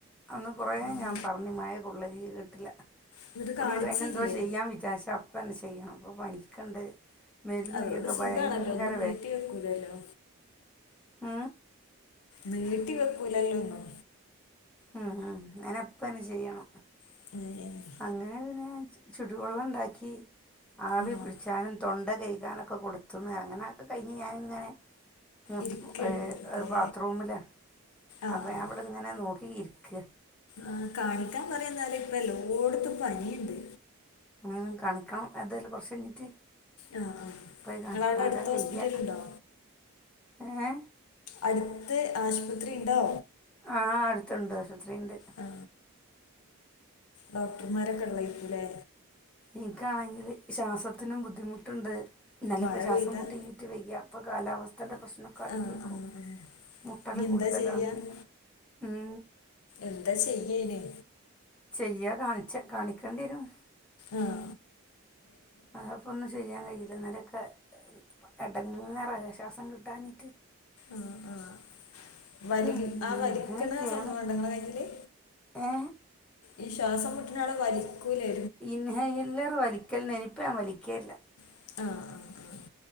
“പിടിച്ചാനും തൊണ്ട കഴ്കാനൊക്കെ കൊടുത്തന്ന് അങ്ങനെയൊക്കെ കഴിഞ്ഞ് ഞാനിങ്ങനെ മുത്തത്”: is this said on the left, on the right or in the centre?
Centre